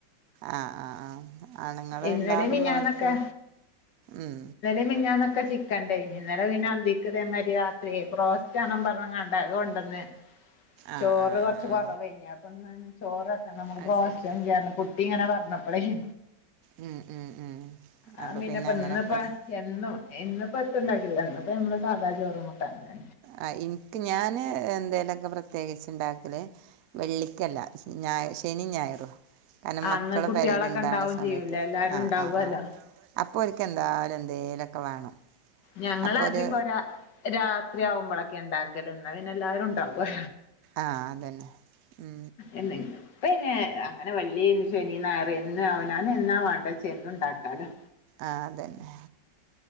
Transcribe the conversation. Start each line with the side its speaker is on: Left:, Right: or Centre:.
Right: ആഹ് ആഹ് ആഹ് ആണുങ്ങൾ
Left: ഇന്നലെ
Right: ഉണ്ടാകുബോ
Left: മിനിഞ്ഞാന്നൊക്കെ
Right: ഒൽക്ക് ഉം
Left: ഇനെലെ മിഞ്ഞാന്നക്കെ ചിക്കൻ ഇണ്ടായിനി ഇന്നലെ പിന്നെ അന്തി ക്കതേ മാരി രാത്രി ബ്രോസ്റ്റ് വാണം പറഞ്കാണ്ട് അത് കൊണ്ടന്ന്
Right: ആ
Left: ചോറ്
Right: ആ
Left: കുറച്ച്
Right: ആ
Left: കുറവ്
Right: ആ
Left: ഏയ്നി അപ്പൊ ഇന്ന് ചോറ്ക്ക നമ്മൾ
Right: അത്
Left: ബ്രോസ്റ്റ്
Right: ശരി
Left: കൊണ്ടരാ പറഞ്ഞ് കു ട്ടി ഇങ്ങനെ പറഞ്ഞപ്പളേയ്
Right: ഉം ഉം ഉം
Left: ആഹ്
Right: അപ്പൊ
Left: മീനപ്പന്ന്
Right: പിന്നെ അങ്ങനെ
Left: പ്പാ
Right: കൊറ
Left: എന്നും ഇന്ന്പ്പം എത്തും ഇണ്ടാക്കില്ലന്ന് ഇന്ന് ഇപ്പം നമ്മള് സാദാ ചോറും കൂട്ടാനന്നെ
Right: ആ എനിക്ക് ഞാന് എന്തേലൊക്കെ പ്രത്യേകിച്ച് ഉണ്ടാക്കല് വെള്ളിക്കല്ല ഞാ ശനി ഞായറും കാരണം മക്കൾ
Left: അന്ന് കുട്ടികളൊക്കെ
Right: പേരേൽ ഇണ്ടാവണ
Left: ഉണ്ടാവും
Right: സമയത്ത്
Left: ചെയ്യൂലേ എല്ലാരും
Right: ആഹ്
Left: ഉണ്ടാവുവല്ലോ
Right: ആഹ് ആഹ് അപ്പോ ഓൽക്ക് എന്തായാലും എന്തേലും ഒക്കെ വേണം
Left: ഞങ്ങള
Right: അപ്പോ
Left: അധികം
Right: ഒരു
Left: ഒരാ രാത്രി ആവുമ്പോളൊക്കെ ഉണ്ടാക്കല് എന്ന പിന്നെ എല്ലാവാരും ഉണ്ടാവും
Right: ആഹ് അതന്നെ ഉം
Left: എന്തെങ്കിലും ഇപ്പന്നെ അങ്ങനെ വെള്ളി ശനി ഞായർ എന്ന് അവന എന്നാ വേണ്ട വെച്ച എന്ത് ഉണ്ടാക്കാലോ
Right: ആഹ് അതന്നെ